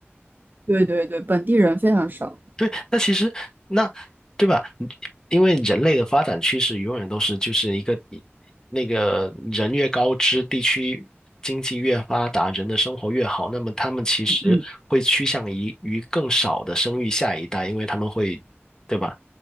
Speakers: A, on the right; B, on the left.
A: 对对对，本地人非常少。
B: 对，那其实那对吧？你因为人类的发展趋势永远都是就是一个一那个人越高知，地区经济越发达，人的生活越好，那么他们其实会趋向于于更少的生育下一代，
A: 嗯。
B: 因为他们会对吧？